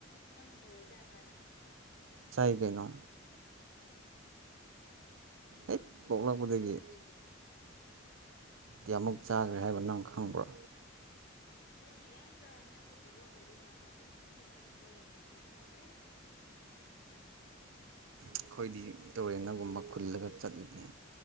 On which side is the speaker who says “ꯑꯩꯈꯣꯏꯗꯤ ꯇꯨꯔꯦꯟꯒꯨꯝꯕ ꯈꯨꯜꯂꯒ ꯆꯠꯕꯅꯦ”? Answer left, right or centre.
Right